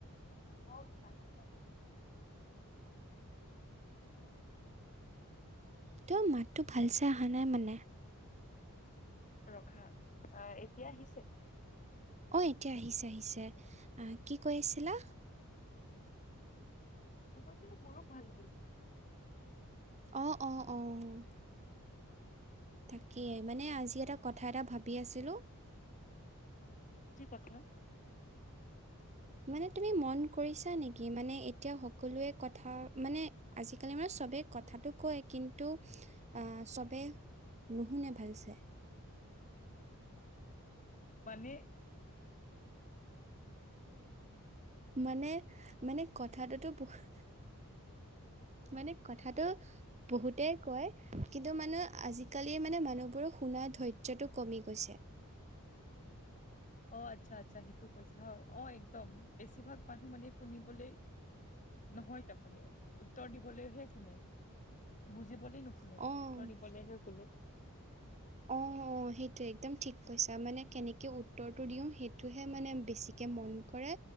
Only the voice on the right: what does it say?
তেওঁ মাতটো ভাল চাই অহা নাই মানে।
অঁ এতিয়া আহিছে আহিছে, আহ' কি কৈ আছিলা?।
অ', অ', অ', তাকেই, মানে আজি এটা,,, কথা এটা ভাবি আছিলোঁ।
মানে তুমি মন কৰিছা নেকি, মানে এতিয়া সকলোৱে কথা মানে আজিকালি মানে চবে কথাতটো কয় কিন্তু আহ চবে,,, নুশুনে ভাল চে
মানে মানে কথাটোতো বহুত মানে কথাটো। বহুতেই কয় কিন্তু মানে আজিকালি মানে মানুহবোৰৰ শুনা ধৈৰ্য্যটো কমি গৈছে।
অ',
অঁ। অঁ', সেইটোৱে একদম ঠিক কৈছা, মানে কেনেকৈ উত্তৰটো দিওঁ সেইটোহে মানে, বেছিকে মন কৰে।